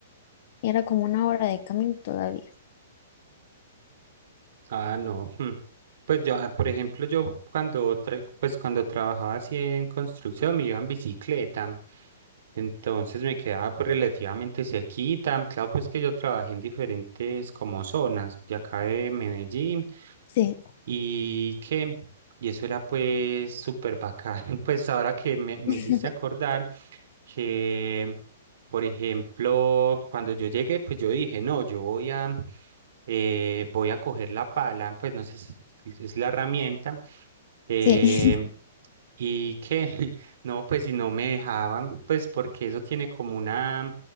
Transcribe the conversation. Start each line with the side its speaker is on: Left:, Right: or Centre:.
Left: era como una hora de camino todavía.
Right: Ah, no. hmm. Pues yo, ah, por ejemplo, yo cuando, tra- pues cuando trabajaba así en construcción me iba en bicicleta, entonces me quedaba pues, relativamente cerquita. Claro, pues que yo trabajé en diferentes como zonas de acá de Medellín
Left: Sí,
Right: y que, y eso era pues súper bacán. <laughs> Pues ahora que me, me
Left: <laughs>
Right: hiciste acordar que por ejemplo, cuando yo llegué, pues yo dije, no, yo voy a, eh, voy a coger la pala, pues no sé si es la herramienta, eh,
Left: sí.
Right: y que, <laughs> no, pues si no me dejaban, pues porque eso tiene como una, o